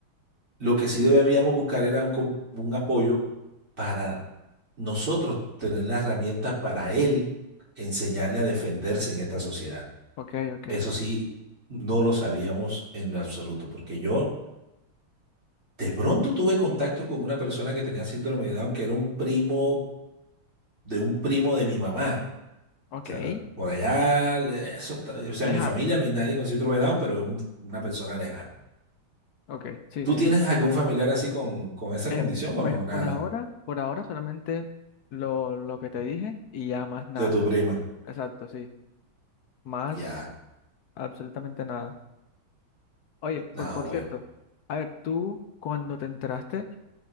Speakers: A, on the right; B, on the left.
A: Lo que sí debíamos buscar era un, com- un apoyo para nosotros tener las herramientas para él enseñarle a defenderse en esta sociedad.
B: Ok, ok.
A: Eso sí, no lo sabíamos en lo absoluto, porque yo de pronto tuve contacto con una persona que tenía síndrome de Down, que era un primo de un primo de mi mamá.
B: Ok.
A: O sea, era por allá, le- eso está- o sea,
B: Lejano.
A: en mi familia no hay nadie con síndrome de Down, pero es un- una persona lejana.
B: Ok. Sí,
A: ¿Tú
B: sí,
A: tienes
B: sí.
A: algún familiar así con, con esa
B: Em,
A: condición o
B: pues
A: no? Nada,
B: por ahora, por ahora solamente lo, lo que te dije y ya más nada.
A: de tu prima.
B: Exacto, sí. Más
A: Ya,
B: absolutamente nada. Oye,
A: nada,
B: por, por
A: bueno.
B: cierto, a ver, tú cuando te enteraste